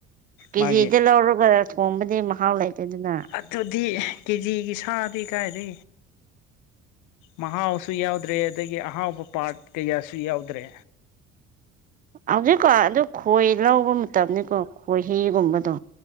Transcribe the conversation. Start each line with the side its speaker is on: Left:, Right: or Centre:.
Right: ꯀꯦꯖꯤꯗ
Left: ꯃꯥꯒꯤ
Right: ꯂꯧꯔꯒ ꯊꯣꯡꯕꯗꯤ ꯃꯍꯥꯎ ꯂꯩꯇꯦꯗꯅ
Left: ꯑꯗꯨꯗꯤ ꯀꯦꯖꯤꯒꯤ ꯊꯥ ꯇ ꯀꯥꯏꯗ ꯃꯍꯥꯎꯁꯨ ꯌꯥꯎꯗ꯭ꯔꯦ ꯑꯗꯒꯤ ꯑꯍꯥꯎꯕ ꯄꯥꯔꯠ ꯀꯌꯥꯁꯨ ꯌꯥꯎꯗ꯭ꯔꯦ
Right: ꯍꯧꯖꯤꯛꯀꯣ ꯑꯗꯨ ꯈꯣꯏ ꯂꯧꯕ ꯃꯇꯝꯅꯤꯀꯣ ꯈꯣꯏꯍꯤꯤꯒꯨꯝꯕꯗꯣ